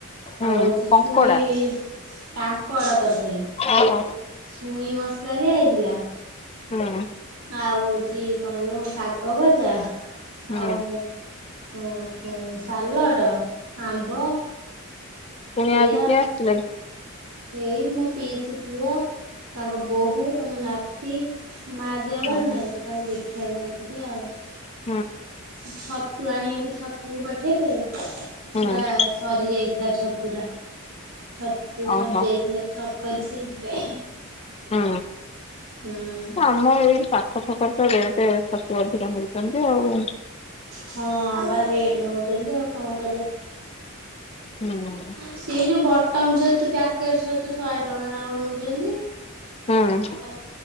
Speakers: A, on the left; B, on the right.
A: ହୁଁ
B: ଆଉ ହଉଛି ଛୁଇଁ
A: କଙ୍କଡା
B: କାଙ୍କଡ ତରକାରୀ
A: ଓହୋ
B: ଛୁଇଁ ମସଲା ଦିଆ ହେଇଥିଲା
A: ହୁଁ।
B: ଆଉ ହଉଛି କଣ ଲୋ ଶାଗ ଭଜା
A: ହୁଁ
B: ଆଉ ହ ସାଲଡ଼ ଆମ୍ବ
A: ପୁଣି ଆଜି
B: ଏଇଆ
A: କିଏ ଆସିଥିଲେ?
B: ଏଇ ମୋ ପିଇସି ପୁଅ ତାଙ୍କ ବୋହୂ ତାଙ୍କ ନାତି ମା ଦେହ ଭଲ
A: ଓହୋ
B: ନାଇଁ ତ ତାଙ୍କୁ ଦେଖିବାକୁ ଆଇଥିଲେ ଆଉ
A: <inaudible>
B: ଛତୁ ଆଣିବାକୁ ଛତୁକୁ ପଠେଇଥିଲେ
A: ହୁଁ
B: ସେଟା ସରି ଯାଇଥିଲା ଛତୁଟା ଛତୁ ସରି
A: ଓହୋ
B: ଯାଇଥିଲା ଛକରେ ସେଇଥିପାଇଁ
A: ହଁ
B: ହୁଁ।
A: ଆମ ଏଇ ପାଖ ଛକ ତ ରେଟ୍ ତୁ ଅଧିକା ମିଳିଛନ୍ତି ଆଉ
B: ହଁ ବା ରେଟ୍ ନଉଛନ୍ତି ଆଉ କଣ କରିବା?
A: ହୁଁ।
B: ସେ ଯୋଉ ବଟମ ଛତୁ ପ୍ୟାକେଟ ଛତୁ ଶହେ ଟଙ୍କା ଲକ ନଉଛନ୍ତି।
A: ହୁଁ
B: ଆଉ